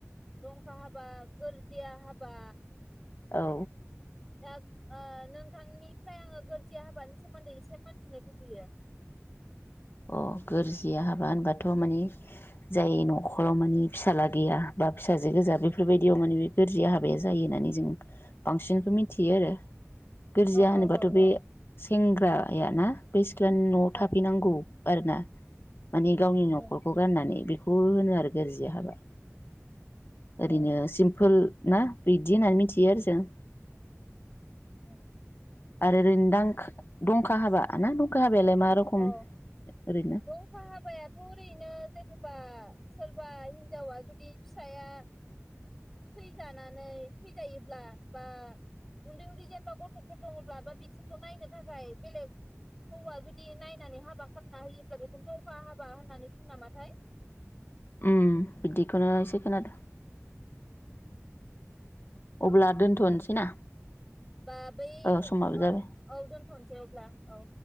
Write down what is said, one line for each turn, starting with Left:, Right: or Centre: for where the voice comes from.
Centre: दंखा हाबा गोरजिया हाबा।
Left: औ
Centre: दा ओ नोंथांनिफ्राय आङो गोरजिया हाबानि सोमोन्दै एसे मिथिनो लुबैयो।
Left: अ गोरजिया हाबा होनबाथ माने जाय नखराव माने फिसाजला गैया बा फिसाजो गोजा बेफोरबायदियाव माने बे गोरजिया हाबाया जायो होननानै जों बांसिनखौ मिथियो आरो। गोरजिया
Centre: औ
Left: होनोबाथ'
Centre: औ औ
Left: बे
Centre: औ
Left: सें ग्राया ना सिख्लानि न'आव
Centre: औ
Left: थाफैनांगौ। आरो ना। माने गावनि नखरखौ
Centre: औ
Left: गारनानै बे खौ होनो आरो गोरजिया हाबा ओरैनो सिमपोल ना बि बिदि होननानै मिथियो आरो जों
Centre: उम उम
Left: आरो ओरैनो दां दंखा हाबा ना दंखा हाब बेलाय मा रखम
Centre: औ
Left: ओरैनो
Centre: दंखा हाबायाथ ओरैनो जेनेबा सोरबा हिनजावा जुदि फिसाया थैजानानै थैजायोब्ला बा उन्दै उन्दै जेनेबा गथफोर दङब्ला बा बिसोरखौ नायनो थाखाय बेलेग हौवा जुदि नायनानै हाबा खालामना होयो अब्ला बेखौनो दंखा हाबा होननानै बुंयो नामाथाय
Left: उम बिदिखौनो एसे खोनादों अब्ला दोनथनोसै ना
Centre: बा बै
Left: औ समाबो
Centre: औ
Left: जाबाय
Centre: औ दोनथनोसै अब्ला औ औ